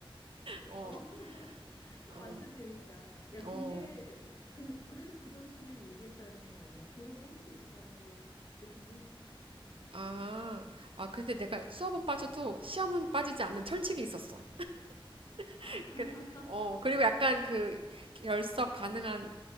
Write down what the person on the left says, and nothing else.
어, <laughs>
완전 재밌다. 야,
근데 그, 그래도 그 점수를 유지했다는 게 나는 졸업을 할 수 있었다는 게 진짜 존경스럽다, 야.
아,
<laughs>